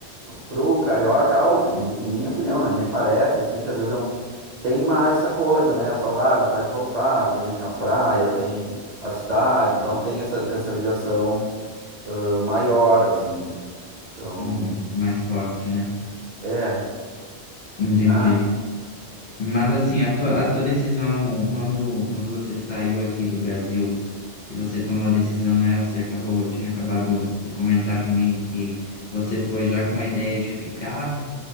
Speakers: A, on the right; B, on the left.
A: pro carioca, ao, que- mi- minha opinião, né, me parece assim que às vezes é um, tem mais essa coisa, né, a saudade, vontade de voltar, tem a praia, tem a cidade, então tem essa, essa ligação ah, maior, assim. Então,
B: Uhum. Mais forte, né?
A: é,
B: Entendi.
A: ah,
B: Mas, assim, a tua, a tua decisão, quando, quando você saiu aqui do Brasil, que você tomou a decisão, né? Você acabou, tinha acabado de comentar comigo que você foi já com a ideia de ficar.